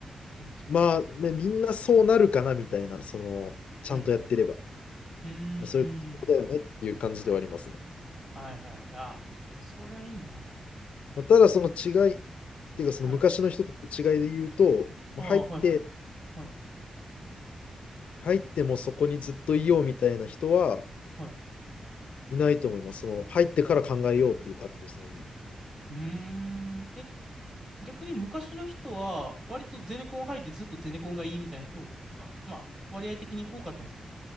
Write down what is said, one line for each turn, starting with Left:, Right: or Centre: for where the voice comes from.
Right: 建築。
Left: まあ、ね、みんなそうなるかなみたいな、その、ちゃんとやってれば。
Right: うんうん。うーん。
Left: まあ、そういうことだよねっていう感じではありますね。
Right: はいはい。あ、そりゃいいな。
Left: まあ、ただ、その違い、っていうか、その昔の人との違いで言うと、
Right: はい。
Left: もう入って、
Right: ああ、はいはい。はい、
Left: 入ってもそこにずっといようみたいな人は
Right: はい。
Left: いないと思います。その、入ってから考えようっていう感じです、
Right: うん。
Left: みんな。
Right: うーん。え、逆に昔の人は、割とゼネコン入ってずっとゼネコンがいいみたいな人が、まあ、割合的に多かったんですか